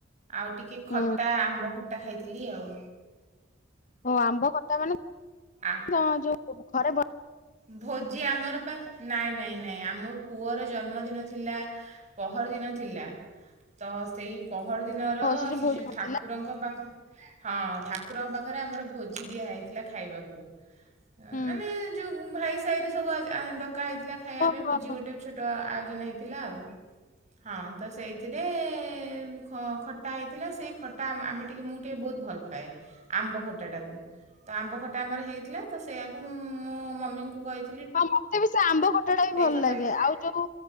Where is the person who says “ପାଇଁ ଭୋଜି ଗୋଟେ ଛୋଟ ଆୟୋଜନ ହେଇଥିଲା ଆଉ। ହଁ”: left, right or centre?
Right